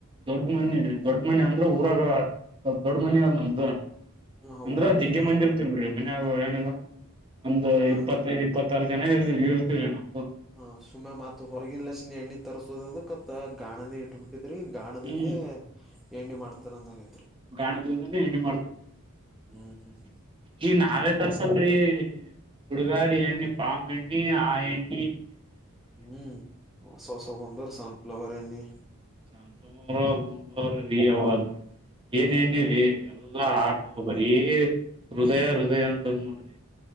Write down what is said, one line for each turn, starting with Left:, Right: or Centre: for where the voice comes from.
Right: ದೊಡ್ಡ ಮನೆ ದೊಡ್ಡ ಮನ ಅಂದ್ರೆ ಊರಾಗ ದೊಡ್ಡ ಮನ ಅಂತ
Centre: ಹಾ ಹೌದೌದ್ರಿ
Right: ಅಂದ್ರ ಜಜಗ್ಗೆ
Centre: ಹಾ
Right: ಮಂದಿರ್ತವಿೀ
Centre: ರೀ
Right: ಮ ನವು ಏನಿಲ್ಲ ಒಂದು
Centre: ಹಾ
Right: ಇಪ್ಪತ್ತೈದು
Centre: ರೀ
Right: ಇಪ್ಪತ್ತಾರು ಜನ ಇ ಇರ್ತೀ್ರಿ ನಾವು
Centre: ಹಾ ಸುಮ್ಮನೆ ಮತ್ ಹೊರಗಿಲ್ಲ ಸಿನಿ ಎಣ್ಣಿ ತರ್ಸೋದ ಅದತ್ತ ಗಾಣನೇ ಇಟ್ಬಿಟ್ಟು ್ರಿ ಗಾಣದಿಂದೆ
Right: ಹ್ಮ್
Centre: ಎಣ್ಣಿ ಮಾಡ್ತಾರಂದಗೆ
Right: ಗಾಣದ್ರಿಂದಾನೇ ಹೆಣ್ಣಿ ಮಾಡ್ತಾ ಇದೀಲ್ಲಿ
Centre: ಹ್ಮ್ ಹ್ಮ ಹ್ಮ
Right: ಈ ನಾವೇ ತರ್ಸಲ್ರಿ ಹುಡುಗಾಡಿ ಎಣ್ಣಿ ಪಾಮ ಎಣ್ಣಿ ಆ ಎಣ್ಣೆ
Centre: ಹ್ಮ್ ಸಸವ ಬಂದರ ಸನ್ಫ್ಲವರ್ ಎ
Right: ಸಂತರ ಗಂತ್ರ ರೀ ಅವ್ ಏನ್ ಹೆ್ಣಿ ರೀ ಎಲ್ಲಾ ಆಟ ಬರೀ ಹೃದಯ ಹೃದಯ ಅಂತಂದ್ ನೋಡ್ರಿ